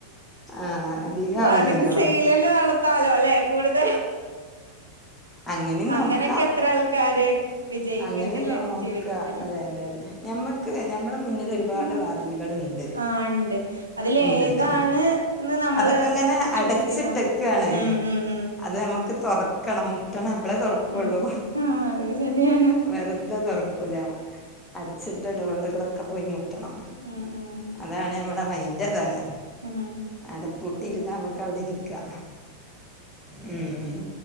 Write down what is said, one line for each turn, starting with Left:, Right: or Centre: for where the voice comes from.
Left: ആ അധികാവൂലല്ലോ
Right: വേണ്ടങ്കി സെയ്ലെന്നെ നടത്താലോ ലെ കൂട്തൽ
Left: അങ്ങനെ
Right: അങ്ങനെക്കെ
Left: നോക്കാം
Right: എത്ര ആൾക്കാര് വിജയിക്ക്ണ്ട്ലെ
Left: അങ്ങനെ നോക്കാം
Right: ജീവിതത്തിൽ
Left: അതെ അതെ ഞമ്മക്ക് ഞമ്മളെ മുന്നിൽ ഒരുപാട്
Right: നമ്മ
Left: വാതിൽ കൾ ഇണ്ട്
Right: ആഹ് ഇണ്ട് അതില്
Left: ഇണ്ട്ണ്ട്
Right: ഏതാണ് എന്ന് നമ്മള്
Left: അതൊക്കെ ഇങ്ങനെ അടച്ച്ട്ടെക്കാണ്
Right: ചൂസ് ചെയ്താ മ ഉം ഉം ഉം
Left: അത് ഞമ്മക്ക് തൊറക്കണം മുട്ടണം അപ്പളേ തുറക്കുള്ളൂ
Right: ഉം ആ അതെ ശരിയാ
Left: വെറുതെ തൊറക്കൂല അടച്ചിട്ട ഡോറുകളൊക്കെ പോയി മുട്ടണം
Right: ഉം ഉം
Left: അതാണ് ഞമ്മ ന്നാ മെയ്ന്റ് അതാണ്
Right: ഉം
Left: ആടെ പൂട്ടിയിരുന്നാ
Right: ശരിയാ
Left: ഞമ്മക്ക് അയുടെ ഇരിക്കാ ഉം